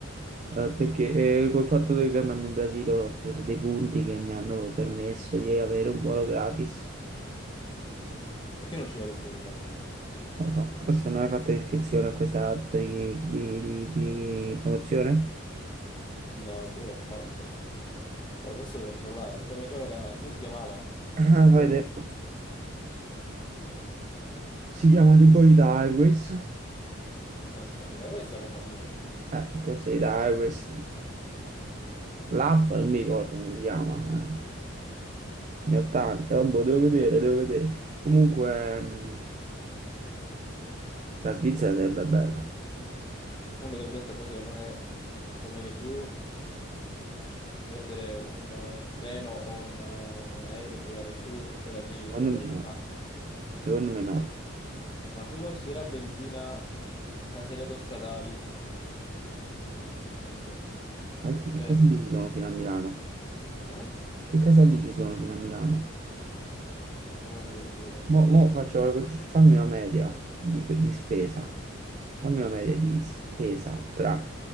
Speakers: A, on the right; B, on the left.
A: Eh, perché eh, col fatto che andando in Brasile ho preso dei punti che mi hanno permesso di avere un volo gratis.
B: Perché non c'era questo volo gratis?
A: Non lo so, forse non hai fatto iscrizione a questa tipo di, di- di- di promozione?
B: No, il 3 l'ho fatto. Boh, forse devo controllare. Come, come era- come si chiamava?
A: Ah,
B: Volo...
A: vede. Si chiama tipo Ida Airways.
B: Eh, era questa compagnia.
A: Eh, forse Ida Airways. L'app non mi ricordo come si chiama. eh. Ne ho tante, vabbè, devo vedere, devo vedere. Comunque, mh, la Svizzera sarebbe bella.
B: Vabbè, te l'ho detto, però secondo me conviene più prendere un eh, treno o un, eh, un aereo per arrivare su e poi da lì
A: Secondo
B: prendere
A: me no.
B: il carro. perché-
A: Secondo me no.
B: Ma tu considera benzina, caselle autostradali e tutto.
A: Ma che,
B: Cioè,
A: che caselli ci sono fino a Milano?
B: eh?
A: Che caselli ci sono fino a Milano?
B: Ma lo dico subito quanto
A: Mo,
B: costa.
A: mo faccio, fammi una media di, di spesa. Fammi una media di spesa tra